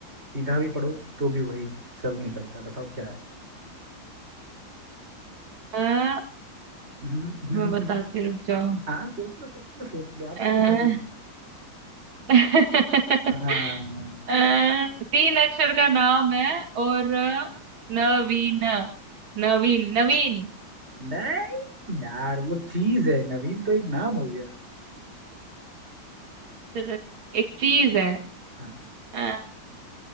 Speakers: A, on the right (about 30°); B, on the right (about 80°).
A: सीधा भी पढ़ो तो भी वही सब निकलता है बताओ क्या है
B: आ,
A: <laughs> हम्म, हम्म,
B: मैं बताती
A: हम्म।
B: रुक जाओ
A: हाँ सोच लो सोच लो सोच लो आप
B: आ,
A: तुम फंस गए
B: <laughs>
A: हाँ
B: आ, तीन अक्षर का नाम है और अ, नवीन नवीन नवीन
A: नहीं यार वो चीज है नवीन तो एक नाम हो गया
B: च- च- एक चीज है
A: हाँ
B: आ,